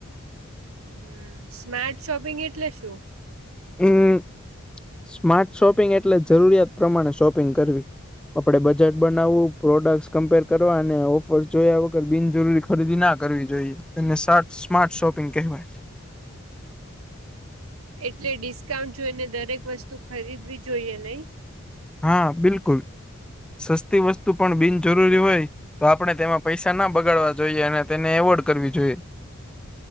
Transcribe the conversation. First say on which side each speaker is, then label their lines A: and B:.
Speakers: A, on the right; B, in the centre.
A: હમ, સ્માર્ટ શોપિંગ એટલે શું?
B: હમ, સ્માર્ટ શોપિંગ એટલે જરૂરિયાત પ્રમાણે શોપિંગ કરવી. આપડે બજેટ બનાવવું, પ્રોડક્ટસ કમ્પેર કરવા, અને ઓફર જોયા વગર બિનજરૂરી ખરીદી ના કરવી જોઈએ, એને સ્માર્ટ શોપિંગ કહેવાય.
A: એટલે ડિસ્કાઉન્ટ જોઈને, દરેક વસ્તુ ખરીદવી જોઈએ નહી.
B: હા, બિલકુલ, સસ્તી વસ્તુ પણ બિનજરૂરી હોય. તો આપણે તેમાં પૈસા ના બગાડવા જોઈએ, અને તેને એવોર્ડ કરવી જોઈએ.